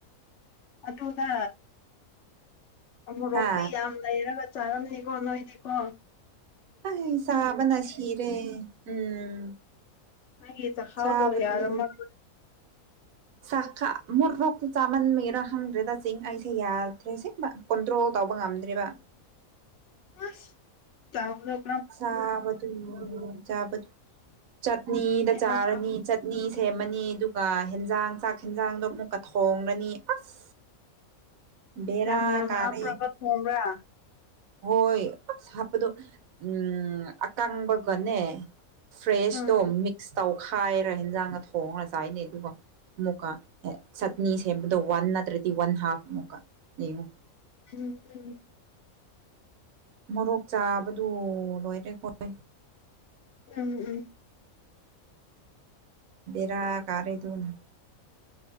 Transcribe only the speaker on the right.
ꯍꯥ
ꯑꯩ ꯆꯥꯕꯅ ꯁꯤꯔꯦ ꯎꯝ
ꯆꯥꯕꯗꯨ
ꯆꯥꯛꯀ ꯃꯨꯔꯣꯛꯇꯨ ꯆꯥꯃꯟꯃꯤꯔꯥ ꯍꯪꯗ꯭ꯔꯦꯗ ꯆꯤꯡ ꯑꯩꯁꯦ ꯌꯥꯗ꯭ꯔꯦ ꯁꯤꯦꯡ ꯀꯣꯟꯗ꯭ꯔꯣ ꯇꯧꯕ ꯉꯝꯗ꯭ꯔꯤꯕ
ꯆꯕꯗꯤ ꯆꯥꯕ ꯆꯠꯅꯤꯗ
ꯆꯥꯔꯅꯤ ꯆꯠꯅꯤ ꯁꯦꯝꯃꯅꯤ ꯑꯗꯨꯒ ꯌꯦꯦꯟꯖꯥꯡ ꯆꯥꯛ ꯌꯦꯦꯟꯖꯥꯡꯗꯣ ꯑꯃꯨꯛꯀ ꯊꯣꯡꯡꯂꯅꯤ ꯑꯁ ꯕꯦꯔꯥ
ꯀꯥꯔꯦ
ꯍꯣꯏ ꯑꯁ ꯍꯥꯞꯄꯗꯣ ꯎꯝ ꯑꯀꯪꯕꯒꯅꯦ ꯐ꯭ꯔꯦꯁ
ꯗꯣ ꯃꯤꯛꯁ ꯇꯥꯎ ꯇꯣꯠꯈꯥꯏꯔ ꯌꯦꯟꯖꯥꯡꯅ ꯊꯣꯡꯉꯒ ꯆꯥꯏꯅꯩ ꯑꯗꯨꯒ ꯑꯃꯨꯛꯀ ꯆꯠꯅꯤ ꯁꯦꯝꯕꯗꯣ ꯋꯥꯟ ꯅꯠꯇ꯭ꯔꯗꯤ ꯋꯥꯟ ꯍꯥꯐ ꯑꯃꯨꯛꯀ ꯌꯦꯡꯉꯣ
ꯃꯣꯔꯣꯛ ꯆꯥꯕꯗꯨ ꯂꯣꯏꯔꯦꯈꯣꯏ
ꯕꯤꯔꯥ ꯀꯥꯔꯦꯗꯨꯅ